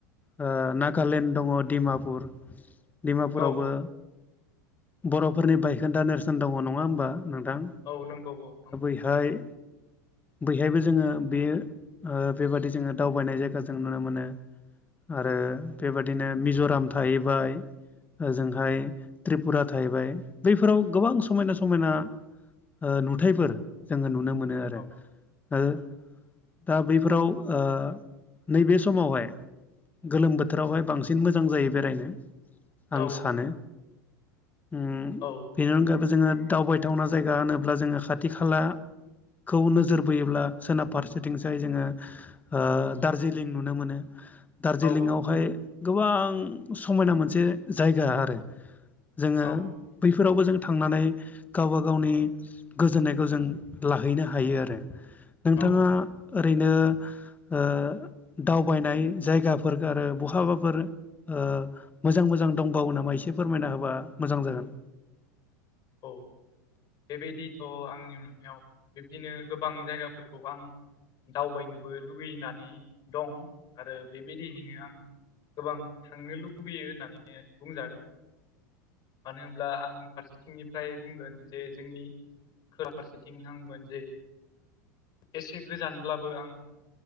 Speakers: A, on the left; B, on the left.
A: ओ नागालेण्ड दङ डिमापुर डिमापुरावबो
B: औ
A: बर'फोरनि बायखोन्दा नेरेसोन दङ नङा होमबा नोंथां?
B: औ नोंगौ औ नोंगौ
A: इहाय बैहायबो जोङो बेयो ओ बेबादि जोङो दावबायनाय जायगा जों नुनो मोनो आरो बेबादिनो मिज'राम थाहैबाय ओजोंहाय त्रिपुरा थाहैबाय बैफोराव गोबां समायना समायना ओ नुथायफोर जोङो नुनो मोनो आरो
B: औ
A: ओ दा बैफोराव ओ नैबे समावहाय गोलोम बोथोरावहाय बांसिन मोजां जायो बेरायनो आं
B: औ
A: सानो उम
B: औ
A: बेनि अनगायैबो जोङो दावबायथावना जायगा होनोब्ला जोङो खाथि खाला खौ नोजोर बोयोब्ला सोनाब फारसेथिंसाय जोङो ओ दार्जिलिं नुनो मोनो दार्जिलिंआवहाय
B: औ
A: गोबां समायना मोनसे जायगा आरो जोङो
B: औ
A: बैफोरावबो जों थांनानै गावबा गावनि गोजोननाय खौ जों लाहैनो हायो आरो नोंथाङा
B: औ
A: ओरैनो ओ दावबायनाय जायगाफोर आरो बहाबाफोर ओ मोजां मोजां दंबावो नामा एसे फोरमायना होबा मोजां जागोन
B: औ बेबायदिथ' आंनि नुनायाव बिब्दिनो गोबां जायगाफोरखौ आं दावबायनोबो लुगैनानै दं आरो बेबायदियैनो आं गोबां थांनो लुबैयो होननानै बुंजागोन मानो होनब्ला आंनि फारसे थिंनिफ्राय बुंगोन जे जोंनि खोला फारसेथिं आंमोन जायो एसे गोजानब्लाबो आं